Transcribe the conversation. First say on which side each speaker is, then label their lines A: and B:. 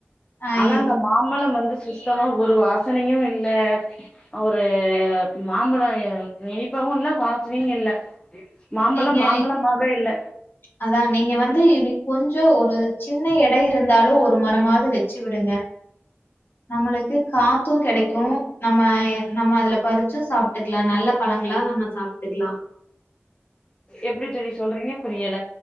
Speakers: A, on the left (about 55°); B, on the left (about 20°).
A: ஆ
B: ஆனா
A: இ-
B: இந்த மாமழம் வந்து சுத்தமா ஒரு வாசனையு இல்ல ஒரு மாம்பழோ இனிப்பு இல்ல வாசனையு இல்ல மாம்பழம்
A: ஏங்கய்
B: மாம்பழமாவே இல்ல
A: அதா நீங்க வந்து <unintelligible> கொஞ்சோ ஒரு சின்ன எடை இருந்தாலு ஒரு மரமாவது வச்சு விடுங்க நம்மளுக்கு காத்து கெடைக் கு நம்மய் நம்ம அதுல பறிச்சு சாப்ட்டுக்கலா நல்ல பழங்களா நம்ம சாப்ட்டுக்கலா
B: எப்டி தெரிய சொல்றீங்க புரியல